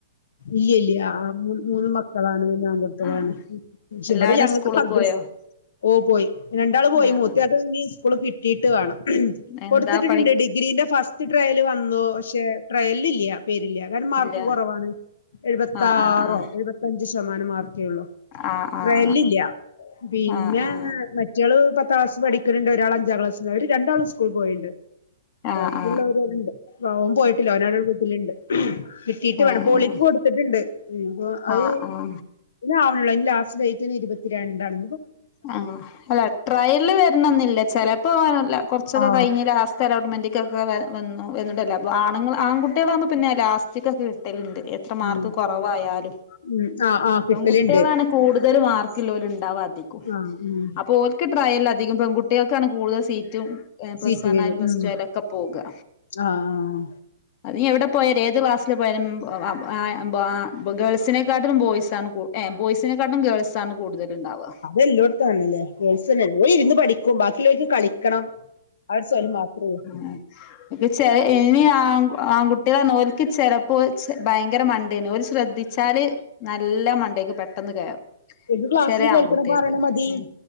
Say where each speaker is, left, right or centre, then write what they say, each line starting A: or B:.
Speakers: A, on the left; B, on the left.
A: ഇല്ല്ഇല്ല്യ ആഹ് മൂ മൂന്ന് മക്കളാണ് മൂന്ന് ആൺ <unintelligible>
B: ആഹ്
A: ളാണ് ക്ഷെ
B: എല്ലാരും
A: ഇവിടെ ഞങ്ങൾക്ക് മദ്രസ്
B: <unintelligible>
A: ഓ പോയി രണ്ടാള് പോയി
B: ആഹ്
A: മൂത്തയാക്ക്
B: ആഹ്
A: ഇനി സ്കൂള് കിട്ടിയിട്ട് വാണം.
B: എന്താ
A: കൊട്ത്തിട്ട്ട്ട്ണ്ട്
B: പഠിക്ക
A: ഡിഗ്രീന്റെ ഫസ്റ്റ് ട്രയല് വന്നൂ ക്ഷെ ട്രയലില്ല്യ പേരില്ല കാര്ണം മാർക്ക്
B: ഇല്ല
A: കൊറവാണ് എഴുപത്താറോ
B: ആഹ് ആഹ്
A: എഴുപത്തഞ്ച് ശമാനം മാർ ക്കേള്ളു
B: ആഹ് ആഹ്
A: ട്രയല്ലില്ല്യ പിന്നെ
B: ആഹ് ആഹ്
A: മറ്റെള് പത്താളാസ്സ് പഠിക്ക്ണ് ണ്ട് ഒരാൾ അഞ്ചാ ക്ലാസ്സില് ര് രണ്ടാളും സ്കൂൾ പോയിണ്ട്
B: ആഹ്
A: ബാക്കിയുള്ളവരവിടണ്ട്
B: ആഹ് ആഹ് ആഹ് ആഹ്
A: ഓൻ പോയിട്ടില്ല ഓനവിടെ വീട്ടിലുണ്ട്. കിട്ടീട്ട്
B: ആഹ്
A: വേണം പോളിക്ക് കൊടുത്തിട്ട്ണ്ട് ഉം അഹ്
B: ആഹ്
A: അ
B: ആഹ്
A: <unintelligible>
B: ആഹ്
A: പിന്നെ ആണല്ലോ ലാസ്റ്റ് ഡേറ്റ് ഇനി ഇരുപത്തി രണ്ടാണ്.
B: ആഹ അല്ല ട്രയല് വരണംന്നില്ല ചെല പോകാനല്ല കുറച്ചൊക്കെ
A: ആ
B: കഴിഞ്ഞ ലാസ്റ്റ് അലോട്ട്മെന്റൊക്കെ വന്ന വന്നിട്ടല്ല അപ്പോ ആുൾ ആൺകട്ടികള പിന്നെ ലാസ്റ്റക്ഒക്കെ കിട്ടലുണ്ട് എത്ര മാർക്ക്
A: ഉം
B: കുറവായാലും
A: ഉം ആഹ് ആഹ് കിട്ടലുണ്ട്
B: പെൺകുട്ടികളാണ് കൂടുതൽ മാർക്കില്ല പോലും ഉണ്ടാവാതിക്കും
A: ആഹ് ഉം
B: അപ്പൊ ഓൾക്ക് ട്രായല്ലധികം പെൺകുട്ടി കുട്ടികൾക്കാണ് കൂടുതൽ സീറ്റും ഏഹ് പ്ലസ്
A: സീറ്റ്
B: വൺ
A: വരും
B: ആയാലും പ്ലസ്
A: ഉം
B: ടു ആയാലും ഒക്കെ പോവുക
A: ആഹ്
B: അത് നീ എവിടെ പോയാലും ഏത് ക്ലാസ്സില് പോയാലും ആഹ് ആം ബോ ആഹ് ഗേൾസിനെക്കാട്ടിലും ബോയ്സ് ആണ് കു ഏ ബോയ്സിനെക്കാട്ടിലും ഗേൾസ്ണ് കൂടുതൽ ഇണ്ടാവുക
A: എല്ലോടത്തുംന്നല്ലേ വേൾസന ഏ ഇരുന്ന് പഠിക്കും ബാക്കിുള്ളവർക്ക് കളിക്കണം അവടെ സ്വരം മാത്രമേ
B: മു മു ചെല ഇനി ആ ആൺകുട്ടികളെ നോൽക്ക് ചെലപ്പോ ഭയങ്കര മണ്ടേന് ഒരു ശ്രദ്ധിച്ചാല് നല്ല മണ്ടേക്ക് പെട്ടെന്ന് കയറും.
A: എന്ത് ക്ലാസ്സില്
B: ചെറിയ
A: കേൾക്കണം.
B: ആൺകുട്ടിയക്ക്
A: പറയണത് മതി
B: ഉം